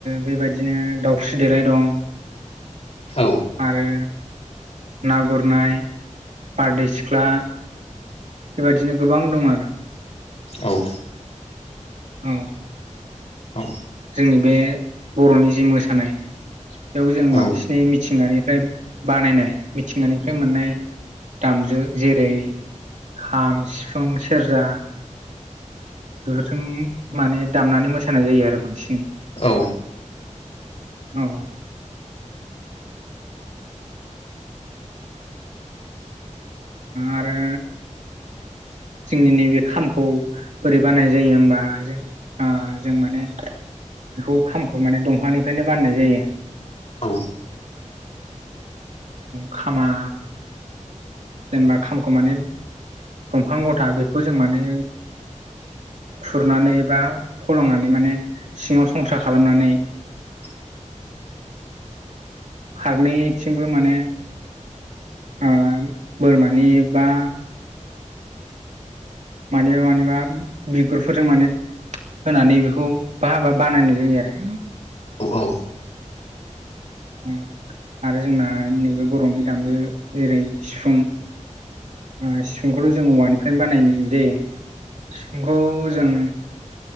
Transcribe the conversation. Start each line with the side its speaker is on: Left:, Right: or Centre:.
Right: बेबायदिनो दाउस्रि देलाय दं
Left: औ
Right: आरो ना गुरनाय बारदै सिख्ला बेबायदिनो गोबां दं आरो
Left: औ
Right: औ ओ
Left: औ
Right: जोंनि बे बर'नि जि मोसानाय बेयाव जों
Left: औ
Right: बांसिनै मिथिंगानिफ्राय बानायनाय मिथिंगानिफ्राय मोननाय दामजु जेरै खाम सिफुं सेरजा बेफोरजों माने दामनानै मोसानाय जायो आरो बांसिनै
Left: औ
Right: औ आरो जोंनि नैबे खामखौ बोरै बानाय जायो होमबा जों ओ जों माने बेखौ खामखौ माने दंफांनिफ्रायनो बाननाय जायो।
Left: औ
Right: खामा जेनेबा खामखौ माने दंफां गथा बेखौ जों माने खुरनानै बा फलंनानै माने सिङाव संसार खालामनानै
Left: <inaudible>
Right: फारनैथिंबो माने ओ बोरमानि बा मानिबा मानिबा बिगुरफोरजों माने होनानै बेखौ बाबा बानायनाय जायो आरो।
Left: अ औ
Right: उम आरो जोंना नैबे बर'नि दामु जेरै सिफुं ओ सिफुंखौथ' जोंङो औवानिफ्रायनो बानायो दे। सिफुंखौ जों